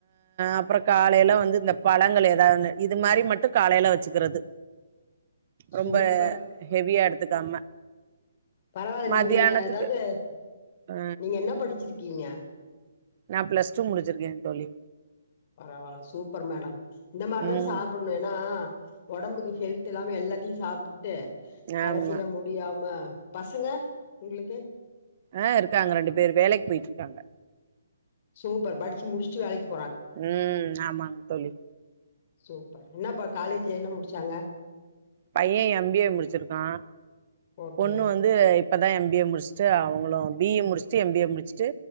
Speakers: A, on the right; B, on the left.
A: அப்ற காலைல வந்து இந்த பழங்கள் ஏதானு இது மாரி மட்டு காலைல வச்சிக்கிறது ரொம்ப
B: சூப்பர்
A: ஹெவியா எடுத்துக்காம
B: பரவால்ல
A: மதியானத்துக்கு
B: நீங்க அதாவது
A: ஆ
B: நீங்க என்ன படிச்சிருகீங்க
A: நா பிளஸ் டூ முடிச்சிருக்கே தோழி
B: பரவால சூப்பர் மேடம் இந்த மார்தா
A: ம்
B: சாப்புண்ணு ஏனா ஒடம்புக்கு ஹெல்த் இல்லாம எல்லாத்தியு சாப்புட்டு கடசில
A: ஆமா
B: முடியாம பசங்க உங்ளுக்கு
A: ஆ ருக்காங்க ரெண்டு பேரு வேலைக் போய்ட்ருக்காங்க
B: சூப்பர் படிச்சு முடிஸ்ட்டு வேலைக்
A: ம் ஆமாங் தோழி
B: சூப்பர் என்னாப்ப காலேஜ் என்ன முடிச்சாங்க
A: பைய எம் பி ஏ முடிச்சிருக்கா
B: ஓகே
A: பொண்ணு வந்து இப் இப்பதா எம் பி ஏ முடிஸ்ட்டு அவுங்களு பி ஏ முடிஸ்ட்டு எம் பி ஏ முடிச்ட்டு